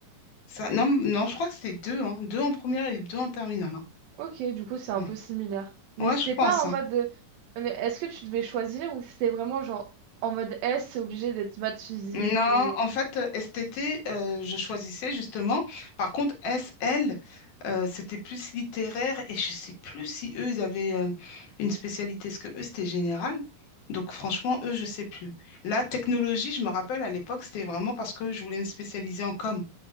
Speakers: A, on the left; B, on the right.
A: ça, non, non, je crois que c'était deux, hein, deux en première et deux en terminale, hein.
B: ok, du coup, c'est un
A: Ouais,
B: peu similaire. Mais
A: Ouais,
B: c'était
A: je pense,
B: pas en
A: hein.
B: mode... euh, Mais est-ce que tu devais choisir ou c'était vraiment genre en mode S, c'est obligé d'être maths physique
A: Non,
B: ou...
A: en fait, euh, STT, euh, je choisissais justement. Par contre, SL, euh, c'était plus littéraire et je sais plus si eux, ils avaient euh, une spécialité. Est-ce que eux, c'était général? Donc, franchement, eux, je sais plus. La technologie, je me rappelle, à l'époque, c'était vraiment parce que je voulais me spécialiser en com.